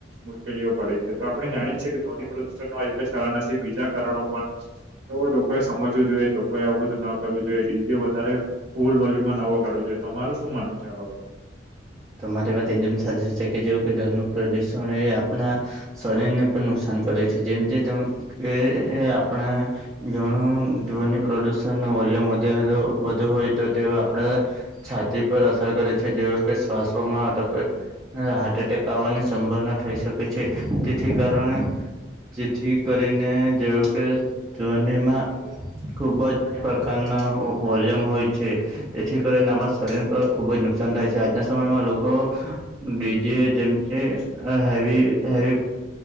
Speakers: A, on the right; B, on the right.
A: મુશ્કેલીઓ પડે તો આપણે જાણીએ કે ધ્વનિ પ્રદુષણ ન એક જ કારણ નથી બીજા કારણો પણ તો લોકોએ સમજવું જોઈએ લોકોએ આવું બધું ન કરવું જોઈએ ડીજે વધારે ફૂલ વોલ્યુમમાં ન વગાડવું જોઈએ તમારે શું માનવું છે, આ બાબત?
B: તમારી વાત એકદમ સાચી છે, કે જેવું કે ધ્વનીનું પ્રદૂષણ એ આપના શરીર ને પણ નુકસાન કરે છે, જેમકે તમે કે આપણા ઘણુ ધ્વનિ પ્રદુષણ વોલ્યુમ વધે તો વધુ હોય તો તેઓ આપણે છાતી પર અસર કરે છે, જેવુ કે શ્વાસોમાં અટક હાર્ટ એટેક આવવાની સંભાવના થઈ શકે છે, તેથી કારણે જેથી કરીને જેવું કે ધ્વનિમાં ખૂબ
A: બાબત
B: જ પ્રકારના વોલ્યમ હોય છે, તેથી કરીને આપણાં શરીર પર ખૂબ જ નુકસાન થાય છે, આજના સમયમા લોકો ડીજી જેમ કે હેવી હેવી